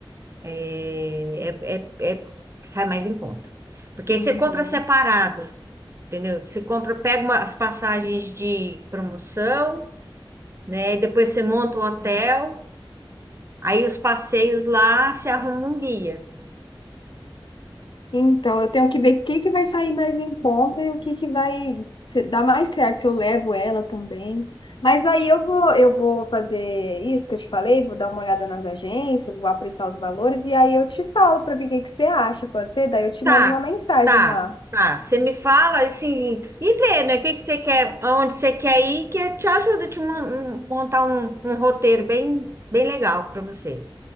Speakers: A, on the right (about 30°); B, on the left (about 60°).
A: é, é, é, é- sai mais em conta. Porque
B: uhum.
A: aí você compra separado. Entendeu? Você compra, pega uma- as passagens de promoção, né? E depois você monta o hotel, aí os passeios lá, você arruma um guia.
B: Então, eu tenho que ver o que que vai sair mais em conta e o que que vai se- dar mais certo, se eu levo ela também. Mas aí eu vou, eu vou fazer isso que eu te falei, vou dar uma olhada nas agências, vou apreciar os valores e aí eu te falo para ver o que que você acha, pode ser? Daí eu te
A: Tá,
B: mando uma mensagem
A: tá,
B: lá.
A: tá. Você me fala assim e vê, né? O que que você quer, aonde você quer ir, que eu te ajudo a te mon- um- montar um, um roteiro bem, bem legal para você.